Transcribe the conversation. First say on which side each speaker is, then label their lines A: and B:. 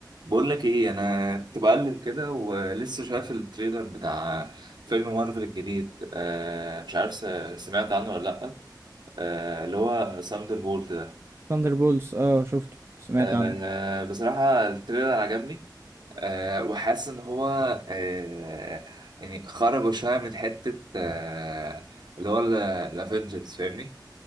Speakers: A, on the right; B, on the right.
A: بقول لك ايه انا كنت بقلب كده ولسه شايف التريلر بتاع فيلم مارفل الجديد آه مش عارف س- سمعت عنه ولا لا آه اللي هو ساندر بولت ده
B: ثاندر بولز اه شفته سمعت
A: آه
B: عنه
A: بصراحة التريلر عجبني آه وحاسس ان هو آه يعني خرجوا شوية من حتة آه اللي هو الافنجرز فاهمني